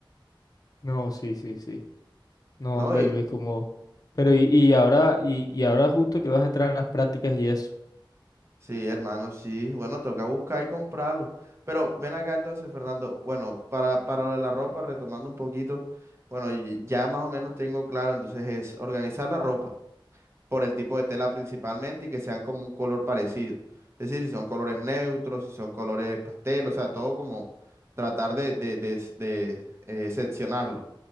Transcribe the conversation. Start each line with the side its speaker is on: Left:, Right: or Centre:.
Left: No, sí, sí, sí. No,
Right: No,
Left: hombre,
Right: y
Left: Luis, como... Pero y, y ahora, y, y ahora justo que vas a entrar a las prácticas y eso.
Right: sí, hermano, sí, bueno, toca buscar y comprarlo. Pero ven acá entonces, Fernando, bueno, para, para lo de la ropa, retomando un poquito, bueno, y ya más o menos tengo claro, entonces es organizar la ropa por el tipo de tela principalmente y que sean como un color parecido. Es decir, si son colores neutros, si son colores pastel, o sea, todo como tratar de, de, de s- de, eh, seccionarlo